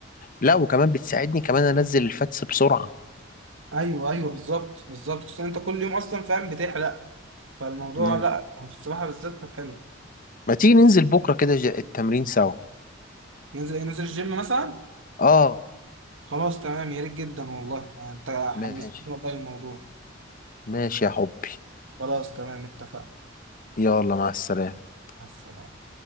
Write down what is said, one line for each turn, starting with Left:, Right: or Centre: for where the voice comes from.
Left: لا وكمان بتساعدني كمان انزل الفاتس بسرعة
Right: ايوه ايوه بالظبط بالظبط خصوصا انت كل يوم اصلا فاهم بتحرق فالموضوع
Left: مم.
Right: لا في السباحه بالذات كانت حلوه
Left: ما تيجي ننزل بكرة كده ج- التمرين سوا
Right: ننزل ننزل الجيم مثلا
Left: اه
Right: خلاص تمام يا ريت جدا والله انت
Left: ماشي
Right: حمستني والله الموضوع
Left: ماشي يا حبي
Right: خلاص تمام اتفقنا
Left: يلا مع السلامة
Right: مع السلامة